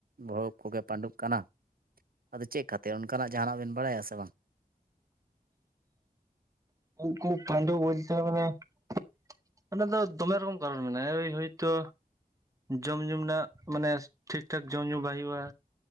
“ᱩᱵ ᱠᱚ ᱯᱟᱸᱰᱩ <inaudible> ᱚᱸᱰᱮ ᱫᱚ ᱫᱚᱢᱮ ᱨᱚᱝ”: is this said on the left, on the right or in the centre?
Right